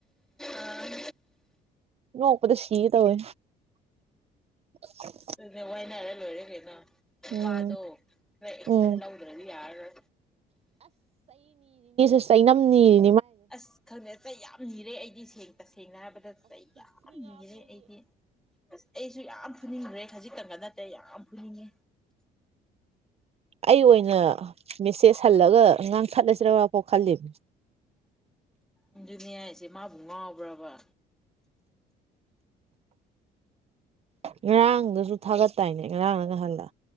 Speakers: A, in the centre; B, on the right (about 35°).
A: ꯑꯥ
B: ꯅꯣꯡ ꯀꯗ ꯁꯤ ꯇꯧꯦ <inaudible>
A: ꯑꯗꯨ ꯋꯥꯏꯅꯔ ꯂꯣꯏꯔꯦ ꯀꯩꯀ ꯅꯨꯄꯥꯗꯣ
B: ꯎꯝ
A: ꯈꯔꯣꯏ ꯑꯦꯛꯁꯟ
B: ꯎꯝ
A: ꯂꯧꯗ꯭ꯔꯗꯤ ꯌꯥꯣꯏ
B: ꯁꯩꯅꯝꯅꯤ
A: ꯑꯁ ꯈꯪꯗꯦ ꯆꯩ ꯌꯥꯝ ꯅꯤꯔꯦ ꯑꯩꯗꯤ ꯁꯦꯡ ꯇꯁꯦꯡꯅ ꯍꯥꯏꯔꯕꯗ ꯆꯩ ꯌꯥꯝ ꯅꯤꯔꯦ ꯑꯩꯗꯤ ꯑꯁ ꯑꯩꯁꯨ ꯌꯥꯝ ꯐꯨꯅꯤꯡꯈ꯭ꯔꯦ ꯈꯖꯤꯛꯇꯪꯒ ꯅꯠꯇꯦ ꯌꯥꯝ ꯐꯨꯅꯤꯡꯉꯤ
B: ꯑꯩ ꯑꯣꯏꯅ ꯃꯦꯁꯦꯖ ꯍꯜꯂꯒ ꯑꯉꯥꯡ ꯁꯠꯂꯁꯤꯔꯒ ꯄꯣꯛ ꯈꯜꯂꯤꯕ
A: ꯑꯗꯨꯅꯦ ꯍꯥꯏꯁꯦ ꯃꯥꯕꯨ ꯉꯥꯎꯕ꯭ꯔꯕ
B: ꯉꯔꯥꯡꯗꯁꯨ ꯊꯥꯒꯠ ꯇꯏꯅꯦ ꯉꯔꯥꯡꯅ ꯉꯍꯜꯂ